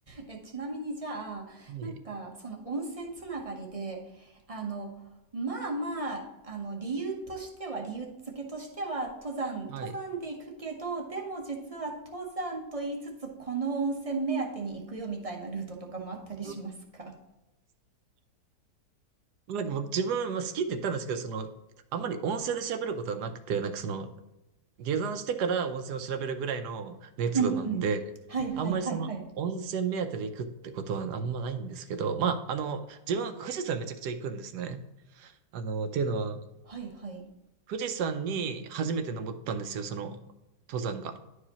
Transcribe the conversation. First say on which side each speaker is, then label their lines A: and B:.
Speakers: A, on the right (about 30°); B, on the right (about 75°).
A: え、ちなみにじゃあ、
B: はい。
A: なんか、その温泉つながりで、あの、まあまあ、あの、理由としては、理由付けとしては、登山、
B: はい。
A: 登山で行くけど、でも実は登山と言いつつ、この温泉目当てに行くよみたいなルートとかもあったりしますか
B: うなんか僕自分、まあ、好きって言ったんですけど、その、あんまり温泉で調べることはなくて、なんかその、下山してから温泉を調べるぐらいの熱度なんで、
A: うんうん。はいはいはいはい。
B: あんまりその、温泉目当てで行くってことはあんまないんですけど、まあ、あの、自分は富士山めちゃくちゃ行くんですね。あの、っていうのは、
A: はいはい。
B: 富士山に初めて登ったんですよ、その、登山が。